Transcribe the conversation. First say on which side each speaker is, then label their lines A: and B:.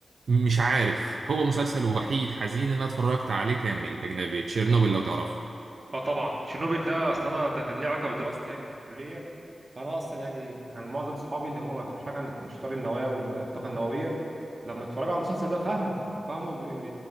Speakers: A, on the right; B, on the right.
A: مش عارف هو مسلسل وحيد حزين اللي أنا اتفرجت عليه كامل أجنبي تشيرنوبل لو تعرفه
B: اه طبعا تشيرنوبيل ده اصل انا ده كان ليه علاقه بدراستي يعني في الكليه فانا اصلا يعني كان معظم صحابي اللي هم ما فهموش حاجه عن انشطار النواه والطاقه النوويه لما اتفرجوا على المسلسل ده فهموا فهموا ان